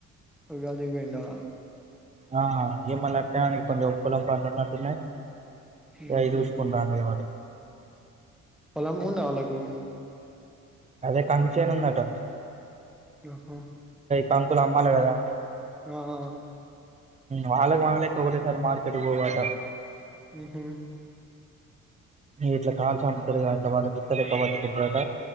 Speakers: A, in the centre; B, on the right (about 25°).
A: ఉగాదికి పోయిండా
B: ఆ ఇగ మల్ల ఆస్తి ఆనికి కొంచెం పొలం పనులు ఉన్నట్టున్నాయి
A: ఉహు
B: అయి చూసుకుంట డు వాడు
A: పొలం ఉందా వాళ్లకు
B: అదే కంది చేను ఉందంట
A: ఆహా
B: కంకులు అమ్మాలి కదా
A: ఆ ఆహా
B: వాళ్ళకి మన లెక్క ఒకటే సారి మార్కెట్ పోవట
A: ఉహు
B: ఇట్లా కాల్చి అమ్ముతారు కదా వాళ్లు గుత్త లెక్క పట్టుకూటరట